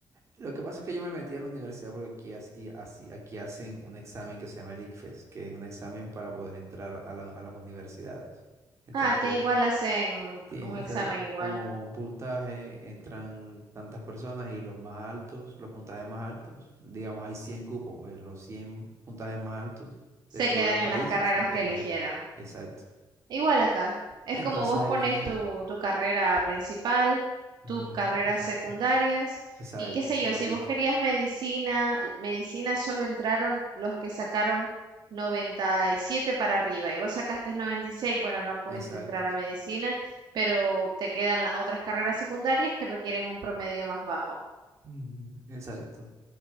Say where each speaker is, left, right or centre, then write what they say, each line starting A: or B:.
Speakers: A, on the right; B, on the right.
A: Lo que pasa es que yo me metí a la universidad porque aquí, hac- y así, aquí hacen un examen que se llama el ICFES, que es un examen para poder entrar a la- a las universidades. Entonces...
B: Ah, que igual hacen
A: Tienes
B: un
A: que
B: examen
A: estar
B: igual.
A: como un puntaje, entran tantas personas y los más altos, los puntajes más altos, digamos hay 100 cupos, pues los 100 puntajes más altos
B: Se
A: de todo
B: quedan
A: el
B: en
A: país
B: las carreras
A: se quejan.
B: que eligieron.
A: Exacto.
B: Igual acá, es
A: Entonces
B: como vos
A: aquí,
B: pones tu, tu carrera principal,
A: ujú,
B: tus carreras
A: exacto,
B: secundarias
A: exacto,
B: y qué sé
A: es
B: yo,
A: igualito,
B: si vos querías medicina, medicina solo entraron los que sacaron 97 para arriba y vos sacaste 96, bueno, no pudiste
A: exacto,
B: entrar a medicina, pero te quedan las otras carreras secundarias que requieren un promedio más bajo.
A: ujú, exacto.